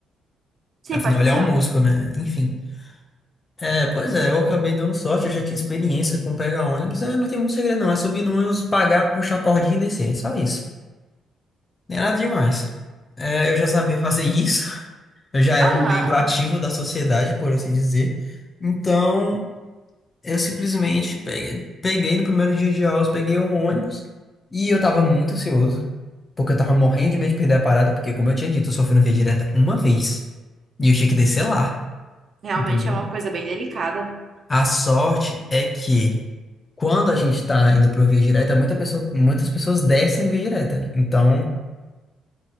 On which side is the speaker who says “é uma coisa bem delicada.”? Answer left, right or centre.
Right